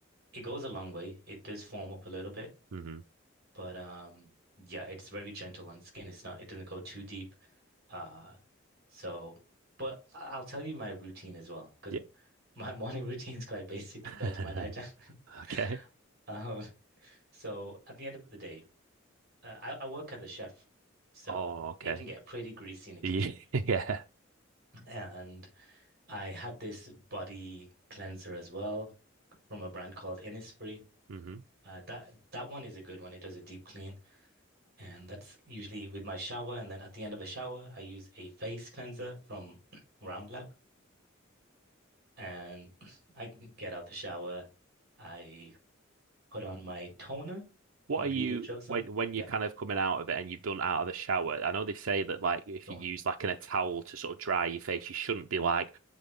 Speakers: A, on the right; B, on the right.
A: it goes a long way. It does foam up a little bit,
B: hmm
A: but um yeah, it's very gentle on skin. It's not it doesn't go too deep. Uh so but I- I'll tell you my routine as well, because
B: Yeah.
A: my <laughs> morning routine is quite basic
B: <laughs>
A: compared to my nighttime.
B: Okay.
A: <laughs> Um, so at the end of the day, uh, I, I work as a chef, so
B: Oh, okay.
A: it can get pretty greasy
B: <laughs>
A: in the kitchen.
B: Yeah. Yeah.
A: And I have this body cleanser as well from a brand called Innisfree.
B: hmm
A: Uh, that that one is a good one. It does a deep clean, and that's usually with my shower. And then at the end of a shower, I use a face cleanser from <clears throat> Roundlab, and I get out the shower. I put on my toner
B: What
A: from
B: are
A: Beauty
B: you
A: of Joseon.
B: when when
A: Yeah,
B: you're kind of coming out of it and you've done out of the shower? I know they say that like if
A: go
B: you use
A: on.
B: like in a towel to sort of dry your face, you shouldn't be like